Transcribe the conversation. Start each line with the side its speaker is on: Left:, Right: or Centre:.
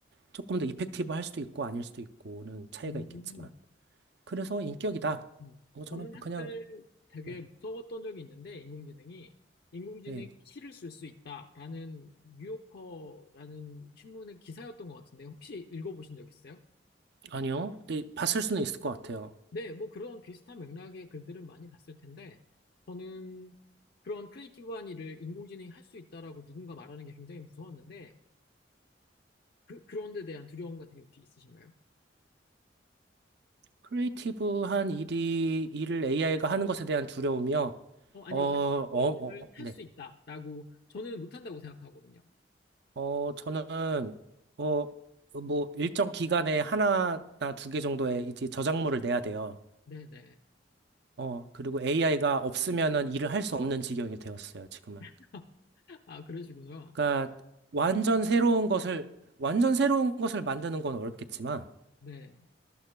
Right: 조금 더 이펙티브 할 수도 있고 아닐 수도 있고는 차이가
Left: 음,
Right: 있겠지만. 그래서 인격이다.
Left: 음.
Right: 어, 저는
Left: 저는 한때
Right: 그냥
Left: 되게
Right: 네,
Left: 무서웠던 적이 있는데, 인공지능이, 인공지능이
Right: 네.
Left: 시를 쓸 수 있다라는 뉴요커라는 신문의 기사였던 것 같은데, 혹시 읽어보신 적 있어요?
Right: 아니요. 근데 봤을 수는 있을 것 같아요.
Left: 네, 뭐 그런 비슷한 맥락의 글들은 많이 봤을 텐데, 저는 그런 크리에이티브한 일을 인공지능이 할 수 있다라고 누군가 말하는 게 굉장히 무서웠는데, 그, 그런 데 대한 두려움 같은 게 혹시 있으신가요?
Right: 크리에이티브한 일이 일을 AI가 하는 것에 대한 두려움이요.
Left: 어, 아니요.
Right: 어, 어,
Left: 크리에이티브한
Right: 어,
Left: 걸
Right: 네.
Left: 할 수 있다라고 저는 못한다고 생각하거든요.
Right: 어, 저는 어, 뭐 일정 기간에 하나나 두 개 정도의 이제 저작물을 내야 돼요.
Left: 네네.
Right: 어, 그리고 AI가 없으면은 일을 할 수 없는 지경이 되었어요, 지금은.
Left: <laughs> 아, 그러시구나.
Right: 그러니까 완전 새로운 것을 완전 새로운 것을 만드는 건 어렵겠지만
Left: 네.